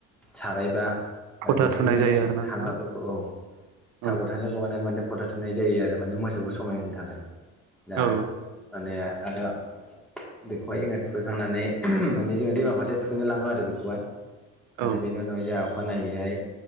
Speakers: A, in the centre; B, on the right.
A: सारायबा
B: फथा
A: दैक्सिफोरनि
B: थुनाय जायो आरोना नोंथां
A: हांगारफोरखौ औ थाव
B: औ
A: गोथांजों लगायनानै माने फथा थुनाय जायो आरो माने मोसौखौ समायहोनो थाखाय दा
B: औ
A: माने आरो बेखौहाय जोङो थुखैखांनानै <inaudible> माने जोङो दैमा फारसे थुखैनो लाङो आरो बेखौहाय आरो
B: औ
A: बेनि उनाव जाहा अखानायनायैहाय